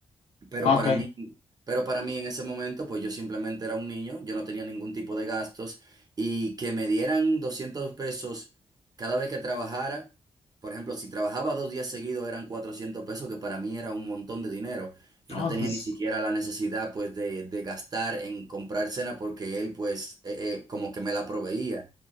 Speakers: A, on the right; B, on the left.
A: Pero
B: Ah,
A: para
B: Ok.
A: mí, pero para mí en ese momento, pues yo simplemente era un niño, yo no tenía ningún tipo de gastos y que me dieran 200 pesos cada vez que trabajara, por ejemplo, si trabajaba dos días seguidos eran 400 pesos, que para mí era un montón de dinero y
B: No,
A: no tenía
B: pues,
A: ni siquiera la necesidad pues de, de gastar en comprar cena porque él pues eh, eh, como que me la proveía.